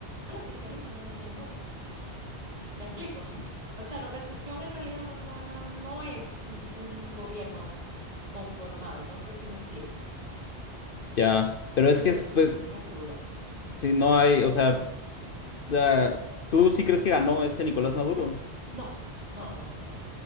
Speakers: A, on the right (about 35°); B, on the left (about 60°).
A: Al oficialismo, no tienes otra. ¿Me explico?
B: sí,
A: O sea, la oposición en realidad no, no, no, no es un, un gobierno conformado, no sé si me explico.
B: ya, pero es
A: Entonces
B: que es, pues,
A: es ruda.
B: si no hay, o sea, da- ¿tú sí crees que ganó este Nicolás Maduro?
A: No, no, no, no. no.